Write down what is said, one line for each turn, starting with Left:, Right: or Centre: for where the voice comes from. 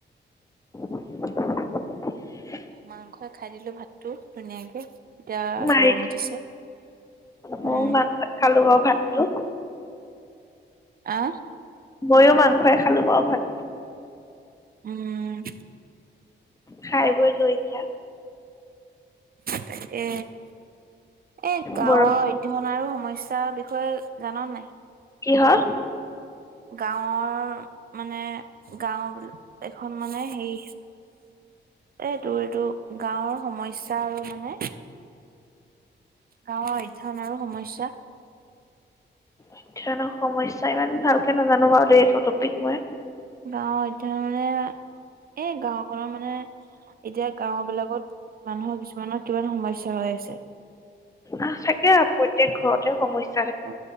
Left: <inaudible>
Right: মাংসই খাই দিলো ভাতটো ধুনীয়াকে। এতিয়া
Left: মাৰি
Right: গৰম উঠিছে,
Left: ময়ো
Right: উম।
Left: মাংসই খালো বাৰু ভাতটো।
Right: আ?
Left: ময়ো মাংসই খালো বাৰু ভাত।
Right: উম।
Left: খাই বৈ লৈ এতিয়া
Right: তাকে, এ গাঁৱত
Left: বৰ
Right: ধন আৰু সমস্যাৰ বিষয়ে জান নাই?
Left: কিহৰ?
Right: গাঁৱৰ মানে গাও এখন মানে হেৰী এইটো-এইটো গাঁৱৰ সমস্যা আৰু মানে গাঁৱৰ অধ্যয়ন আৰু সমস্যা।
Left: অধ্যায়ন সমস্যা ইমান ভালকে নাজানো বাৰু দে এইটো টপিক মই।
Right: গাঁওৰ অধ্যয়ন মানে এ গাওখনৰ মানে এতিয়া গাঁওবিলাকত মানুহৰ কিছুমানৰ কিমান সমস্যা হৈ আছে?
Left: আ থাকে আ প্ৰত্যেক ঘৰতে সমস্য
Right: অ